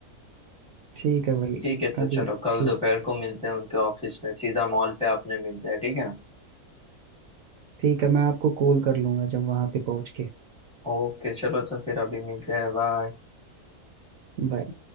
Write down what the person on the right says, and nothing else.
ठीक है भाई
अभी
ठीक
ठीक है मैं आपको कॉल कर लूंगा जब वहां पे पहुंच के
बाय